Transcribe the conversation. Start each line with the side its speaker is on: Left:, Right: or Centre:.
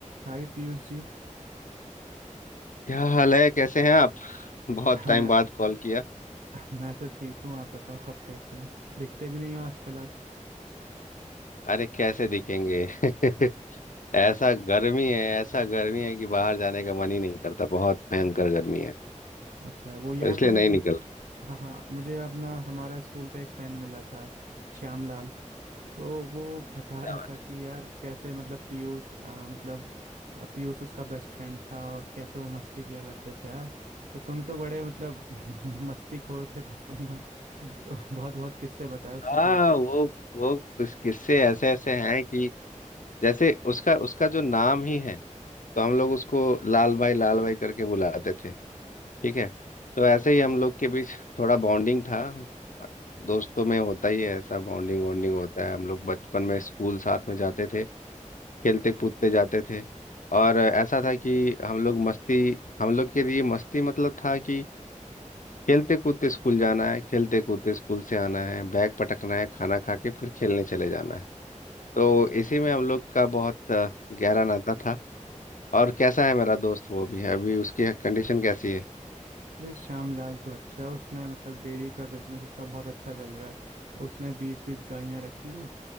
Right: हाय पीयूष जी
Left: क्या हाल है कैसे हैं आप <laughs> बहुत
Right: <laughs>
Left: टाइम
Right: मैं
Left: बाद कॉल किया
Right: मैं तो ठीक हूँ आप बताओ आप कैसे हैं दिखते भी नहीं हो आजकल आप
Left: अरे कैसे दिखेंगे <laughs> ऐसा गर्मी है ऐसा गर्मी है कि बाहर जाने का मन ही नहीं करता बहुत भयंकर गर्मी है
Right: अच्छा वो याद
Left: इसलिए
Right: है
Left: नहीं
Right: हम
Left: निकल रहा
Right: हाँ हाँ मुझे अपना हमारा स्कूल का एक फ्रेंड मिला था श्याम लाल तो वो बता
Left: क्या
Right: रहा
Left: बात
Right: था कि यार कैसे मतलब पीयूष आ, मतलब आ, पीयूष उसका बेस्ट फ्रेंड था और कैसे वो मस्ती किया करते थे यार तो तुम तो बड़े मतलब <laughs> मस्तीखोर थे बचपन में <laughs> तो बहुत बहुत किस्से बताए उसने
Left: हाँ वो वो कुछ किस्से ऐसे ऐसे हैं कि जैसे उसका उसका जो नाम ही है तो हम लोग उसको लाल भाई लाल भाई करके बुलाते थे ठीक है तो ऐसे ही हम लोग के बीच थोड़ा बॉन्डिंग था दोस्तों में होता ही है ऐसा बॉन्डिंग वॉन्डिंग होता है हम लोग बचपन में स्कूल साथ में जाते थे खेलते कूदते जाते थे और ऐसा था कि हम लोग मस्ती हम लोग के लिए मस्ती मतलब था कि खेलते कूदते स्कूल जाना है खेलते कूदते स्कूल से आना है बैग पटकना है खाना खा के फिर खेलने चले जाना है तो इसी में हम लोग का बहुत अ, गहरा नाता था और कैसा है मेरा दोस्त वो भी है अभी उसकी कंडीशन कैसी है
Right: अरे श्यामलाल तो अच्छा है उसने मतलब डेयरी का बिजनेस उसका बहुत अच्छा चल रहा है उसने बीस बीस गायें रखी हैं